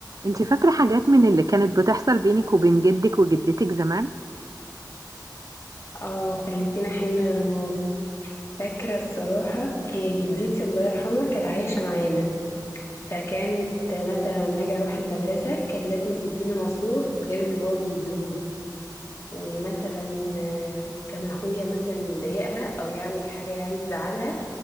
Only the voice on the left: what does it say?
اه خليتينا حنة للماضي فاكرة الصراحة هي جدتي الله يرحمها كانت عايشة معانا فكانت مثلا ما اجي اروح المدرسة كانت لازم تديني مصروف غير اللي بابا بيديهولي ومثلا آه، كان اخويا مثلا يضايقها او يعمل حاجة يعني تزعلها